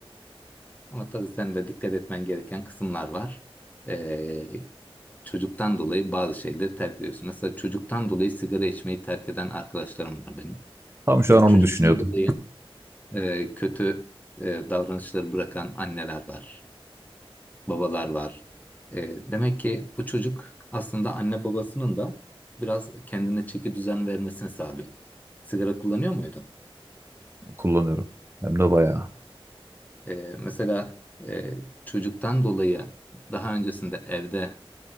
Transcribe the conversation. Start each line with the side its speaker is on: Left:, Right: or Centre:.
Left: Ama tabii sen de dikkat etmen gereken kısımlar var. E, çocuktan dolayı bazı şeyleri terk ediyorsun. Mesela çocuktan dolayı sigara içmeyi terk eden arkadaşlarım var benim.
Right: Tam şu
Left: E,
Right: an onu
Left: çocuktan
Right: düşünüyordum.
Left: dolayı e, kötü e, davranışları bırakan anneler var, babalar var. E, demek ki o çocuk aslında anne babasının da biraz kendine çeki düzen vermesini sağlıyor. Sigara kullanıyor muydun?
Right: Kullanıyorum. Hem de bayağı.
Left: Ee, mesela e, çocuktan dolayı daha öncesinde evde